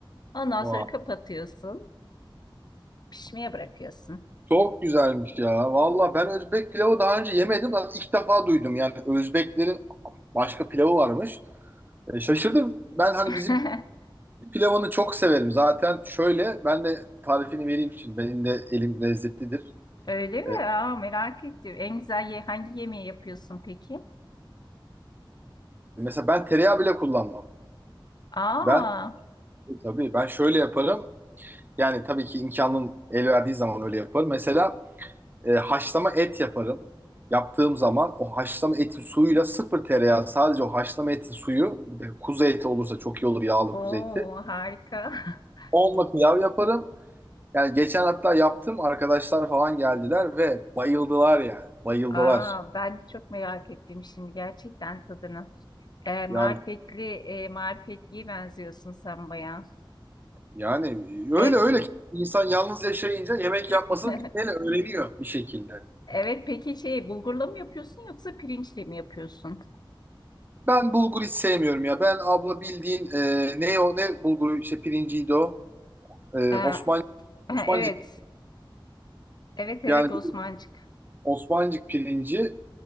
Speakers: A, on the left; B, on the right.
A: Ondan
B: Vay.
A: sonra kapatıyorsun. Pişmeye bırakıyorsun.
B: Çok güzelmiş ya. Valla ben Özbek pilavı daha önce yemedim. Zaten ilk defa duydum. Yani Özbeklerin başka pilavı varmış. E, şaşırdım. Ben hani
A: <laughs>
B: bizim pilavını çok severim. Zaten şöyle ben de tarifini vereyim şimdi. Benim de elim lezzetlidir.
A: Öyle mi?
B: E,
A: Aa, merak ettim. En güzel ye hangi yemeği yapıyorsun peki?
B: mesela ben tereyağı bile kullanmam.
A: Aa.
B: Ben tabii ben şöyle yaparım. Yani tabii ki imkanım el verdiği zaman öyle yaparım. Mesela e, haşlama et yaparım. Yaptığım zaman o haşlama etin suyuyla sıfır tereyağı sadece o haşlama etin suyu bir de kuzu eti olursa çok iyi olur yağlı
A: Oo
B: kuzu eti.
A: harika. <laughs>
B: Onunla pilav yaparım. Yani geçen hatta yaptım arkadaşlar falan geldiler ve bayıldılar yani. Bayıldılar.
A: Aa, ben de çok merak ettim şimdi gerçekten tadını. Ee, marifetli,
B: Yani
A: e, marifetliye benziyorsun sen bayağı.
B: yani öyle
A: E,
B: öyle ki insan yalnız yaşayınca yemek
A: <laughs>
B: yapmasını bilmeyle öğreniyor bir şekilde.
A: evet peki şey bulgurla mı yapıyorsun yoksa pirinçle mi yapıyorsun?
B: Ben bulgur hiç sevmiyorum ya. Ben abla bildiğin e, ne o ne bulguru işte pirinciydi o. E,
A: Ee, ha,
B: Osman
A: <laughs>
B: Osmancık.
A: evet, evet evet
B: Yani
A: Osmancık.
B: Osmancık pirinci